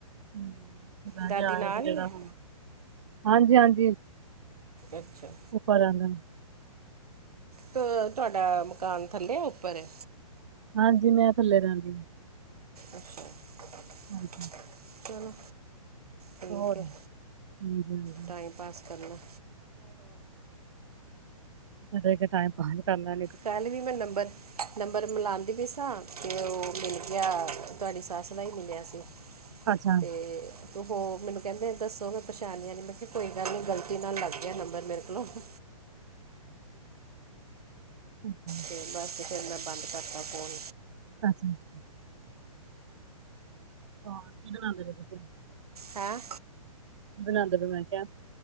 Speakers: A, on the right; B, on the right.
A: ਹਮ ਤੇ ਮੈਂ
B: ਦਾਦੀ
A: ਵੀ ਆਇਆ
B: ਨਾਲ
A: ਤੇ
B: ਹੀ
A: ਜਿਹੜਾ
B: ਹੈ
A: ਹੁਣ, ਹਾਂਜੀ, ਹਾਂਜੀ।
B: ਅੱਛਾ।
A: ਉਪਰ ਆਂਦੇ
B: ਤੇ ਤੁਹਾਡਾ, ਮਕਾਨ ਥੱਲੇ, ਏ ਉੱਪਰ ਏ
A: ਹਾਂਜੀ, ਮੈਂ ਥੱਲੇ ਰਹਿੰਦੀ ਹਾਂ।
B: ਅੱਛਾ <inaudible>
A: ਹਮ। <inaudible>
B: ਚਲੋ ਠੀਕ
A: ਹੋਰ
B: ਹੈ,
A: ਹਾਂਜੀ-ਹਾਂਜੀ
B: ਟਾਈਮ ਪਾਸ ਕਰਨਾ ਹ
A: ਖੜੇ ਹੋ ਕੇ, ਟਾਈਮ ਪਾਸ ਕਰਨ ਲੈ
B: ਕੱਲ੍ਹ ਵੀ ਮੈਂ ਨੰਬਰ, ਨੰਬਰ ਮਿਲਉਂਦੀ ਪਈ ਸਾਂ, ਤੇ ਉਹ ਮਿਲ ਗਿਆ ਤੁਹਾਡੀ ਸੱਸ ਦਾ ਹੀ ਮਿਲਿਆ ਸੀ।
A: ਅੱਛਾ-ਅੱਛਾ,
B: ਤੇ ਉ ਹੋ ਮੈਨੂੰ ਕਹਿੰਦੇ ਦਸੋ, ਮੈਂ ਪਛਾਣਆ ਨਹੀਂ, ਮੈਂ ਕਿਹਾ ਕੋਈ ਗੱਲ ਨਹੀਂ, ਗਲਤੀ ਨਾਲ ਲੱਗ ਗਿਆ ਨੰਬਰ ਮੇਰੇ ਕੋਲੋਂ <inaudible>
A: ਅੱਛਾ
B: ਤੇ ਬਸ ਫਿਰ ਮੈਂ, ਬੰਦ ਕਰਤਾ ਫੋਨ
A: <unintelligible> <inaudible> ਹਾਂ, ਕਿ ਬਣਾਦੇ ਪਏ ਤੁਸੀ?
B: ਹੈਂ।
A: ਬਣਾਂਦੇ ਮੈਂ ਕਿਹਾ।